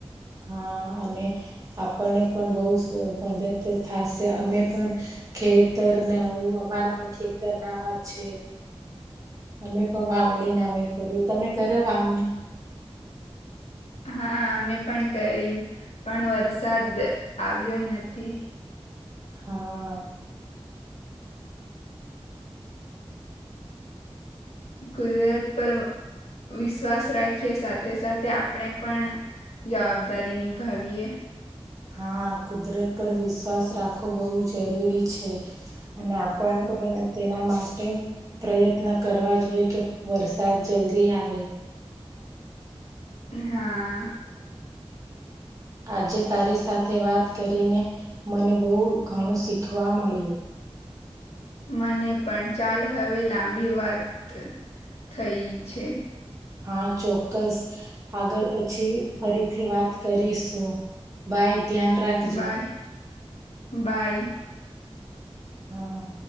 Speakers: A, on the right (about 30°); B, on the left (about 80°).
A: હા અને આપણને પણ બહ મદદ થશે અમે પણ ખેતરને આવું અમારા પણ ખેતર નાવા છે અમે પણ વાવડી ના વ કરીએ તમે કરો વાવણી
B: હા અમે પણ કરી પણ વરસાદ આવ્યો નથી
A: હા
B: કુદરત પર્વ વિશ્વાસ રાખીએ સાથે સાથે આપણે પણ જવાબદારી નિભાવીએ
A: હા કુદરત પર વિશ્વાસ રાખવો બહુ જરૂરી છે અને આપણ બને તેના માટે પ્રયત્ન કરવા જોઈએ કે વરસાદ જલ્દી આવે
B: હા
A: આજે તારી સાથે વાત કરીને મને બહુ ઘણું શીખવા મળ્યું
B: મને પણ ચાલ હવે લાંબી વાત થ થઈ છે
A: હા ચોક્કસ આગળ પછી ફરીથી વાત કરીશું બાઈ ધ્યાન રાખજો
B: બાય બાય
A: હા હા